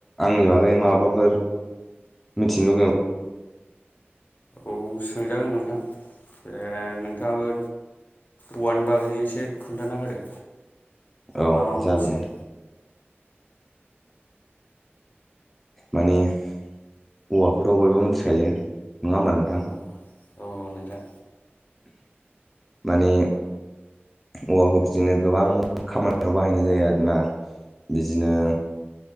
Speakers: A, in the centre; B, on the left (about 45°).
A: आंनि बागै माबाफोर मिथिनो लुगै
B: औ सोंजागोन नोंथां। ओ नोंथाङाबो औवानि बागै एसे खोन्थाना होदो।
A: औ
B: मा मा मोनथियो
A: जागोन ओं माने औवाखौथ' बयबो मिथिखायो नङा होमबा नोंथां।
B: औ औ औ नोंथां
A: माने औवाखौ बिदिनो गोबां खामानियाव बाहायनाय जायो आरोना बिदिनो
B: औ